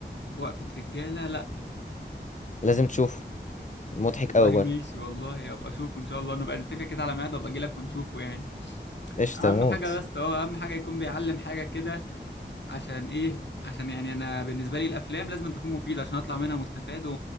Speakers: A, on the left; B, on the left.
A: وقفة رجالة لا
B: لازم تشوفه مضحك
A: والله
B: قوي برضو
A: ماشي والله ابقى اشوفه ان شاء الله نبقى نتفق كده على ميعاد وابقى اجي لك ونشوفه يعني
B: ايش تموت
A: اهم حاجه بس اه اهم حاجه يكون بيعلم حاجه كده عشان ايه عشان يعني انا بالنسبه لي الافلام لازم تكون مفيده عشان اطلع منها مستفاد و-